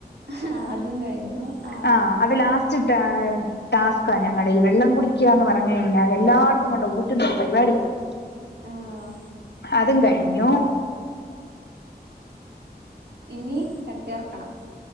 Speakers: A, on the right; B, on the left.
A: ഹ ആ അതും കഴിഞ്ഞു ആഹ്
B: ആ അത് ലാസ്റ്റ് ഇട്ട് അ ടാസ്ക ഞങ്ങളുടെ ഈ വെള്ളം കുടിക്കന്ന് പറഞ്ഞ് കഴിഞ്ഞാൽ എല്ലായിടത്തും കൊണ്ട് ഊറ്റുന്നരു പരിപാടിയാണ്
A: ആഹ്
B: അതും കഴിഞ്ഞു
A: ഇനി കടത്തിയേർക്കണം